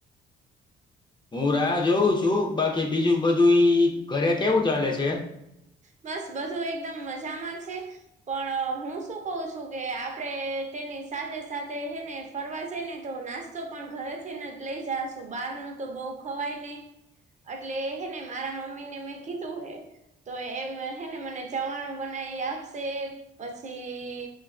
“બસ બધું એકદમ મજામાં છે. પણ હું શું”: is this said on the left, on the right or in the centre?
Right